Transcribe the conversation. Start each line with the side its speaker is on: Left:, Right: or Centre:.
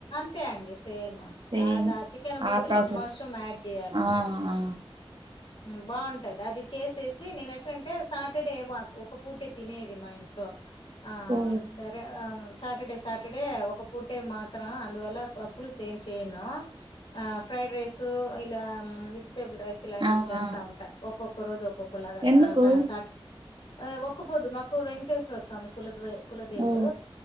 Left: త్తే అండిస్. సేమా
Right: సేమ్
Left: అదాచి. కెన్ బోదులు,
Right: ఆ ప్రాసెస్
Left: మష్రూమ్ యాడ్ చేయాలంతే.
Right: ఆ ఆ
Left: ఉమ్మ్ బావుంటద్. అది చేసేసి నేన్ ఎట్టంటే సాటర్డే వాక్, ఒక పూటే తినేది మా ఇంట్లో. ఆ
Right: ఓ
Left: బర ఆ. సాటర్డే సాటర్డే ఒక పూటే మాత్రం అందువల్ల పులుసేం చేయను. ఆ ఫ్రైడ్ రైస్. సో ఇలా విజ్. టేబుల్ రైస్ ఇలాంటివి
Right: ఆ
Left: చేస్తా
Right: ఆ
Left: ఉంటా ఒక్కొక్. ఒకరోజు ఒక్కొక్. ఒకలాగాఆ
Right: ఎందుకు
Left: సా సాట్ ఆ ఒక పొద్దు మాకు వెంక్. వెంకటేశ్వర స్వామి కులాధ్వై. కుల దేవుడు,
Right: ఓ